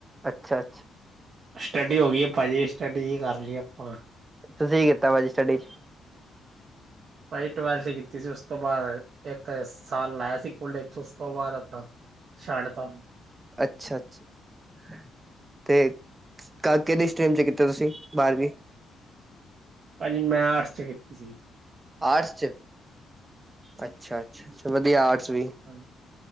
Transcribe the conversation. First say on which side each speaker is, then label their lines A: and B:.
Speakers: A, on the right; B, on the right.
A: ਅੱਛਾ ਅ
B: ਸਟੱਡੀ ਹੋ ਗਈ ਭਾਜੀ ਸਟੱਡੀ ਜ ਕਰ ਲਈ ਆਪਾਂ
A: ਤੁਸੀਂ ਕੀ ਕੀਤਾ ਭਾਜੀ ਸਟੱਡੀ ਚ
B: ਵਾਈ ਟਵੈਲਥ ਕੀਤੀ ਸੀ ਉਸ ਤੋਂ ਬਾਅਦ ਇੱਕ ਤਾਂ ਸਾਲ ਲਾਇ ਸਕੂਲੇ ਤੋਂ ਉਸ ਤੋਂ ਬਾਅਦ ਆਪਣਾ ਛੱਡਤਾ
A: ਅੱਛਾ ਅੱਛਾ। ਤੇ ਕਿਹਦੀ ਸਟਰੀਮ ਚ ਕੀਤਾ ਤੁਸੀਂ ਬਾਰਵੀਂ
B: ਭਾਜੀ ਮੈਂ ਆਰਟਸ ਚ ਕੀਤੀ ਸੀਗੀ
A: ਆਟਸ ਚ ਅੱਛਾ ਅੱਛਾ ਅੱਛਾ ਵਧੀਆ ਆਰਟਸ ਵੀ
B: ਹਾਂ।